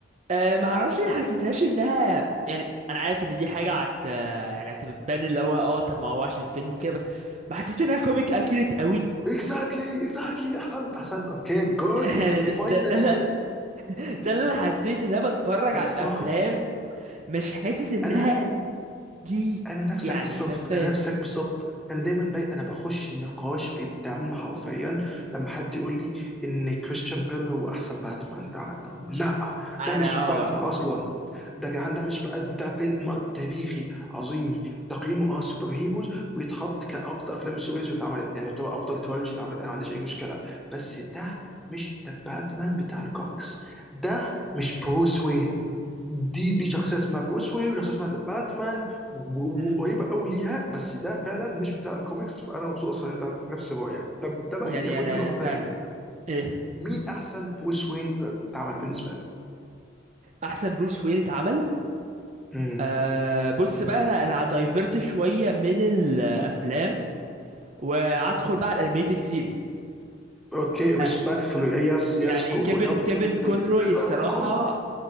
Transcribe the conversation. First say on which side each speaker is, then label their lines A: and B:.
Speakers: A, on the right; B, in the centre.
A: آه ما اعرفش ليه حسيتهاش انها يعني انا عارف ان دي حاجة عت آه، يعني هتبان اللي هو اه طب ما هو عشان فيلم وكده بس ما حسيتش انها كوميك اكيريت قوي
B: اكزاكتلي اكزاكتلي احسنت احسنت اوكي جود
A: <laughs> يعني
B: فاينلي
A: ده ده اللي- ده اللي انا حسيت ان انا بتفرج
B: بالظبط
A: على الافلام مش حاسس انها
B: انا
A: دي
B: انا نفسك
A: يعني
B: بالظبط
A: باتمان
B: انا نفسك بالظبط انا دايما بي... انا بخش نقاش بالدم حرفيا لما حد يقول لي ان كريستيان بيل هو احسن باتمان اتعمل بقول لهم لا
A: انا
B: ده مش
A: اه
B: باتمان اصلا
A: آه،
B: ده يا جدعان ده مش بقى ده فيلم تاريخي عظيمي تقييمه اه سوبر هيروز ويتحط كافضل افلام السوبر هيروز اللي اتعملت يعني طبعا افضل تريلوجي اتعملت انا ما عنديش اي مشكله بس ده مش ده باتمان بتاع الكوميكس ده مش بروس وين دي دي شخصيه اسمها بروس وين وشخصيه اسمها ذا باتمان و-
A: مم.
B: وقريبه قوي ليها بس ده فعلا مش بتاع الكوميكس فانا مبسوط اصلا ان انت عندك نفس الرؤيه طب ده بقى
A: يعني
B: ياخدنا
A: انا
B: لنقطه
A: فعلا
B: تانيه
A: ايه
B: مين احسن بروس وين ت- اتعمل بالنسبه لك؟
A: احسن بروس وين اتعمل
B: امم
A: أه بص بقى انا انا دايفرت شويه من الافلام وادخل بقى على الانيميتد سيريز
B: اوكي ريسبكتفولي
A: أه
B: يس يس
A: يعني
B: جو
A: كيفن
B: فور ياب
A: كيفن
B: بتقول لي في
A: كونروي
B: بالي
A: الصراحه
B: اوه جود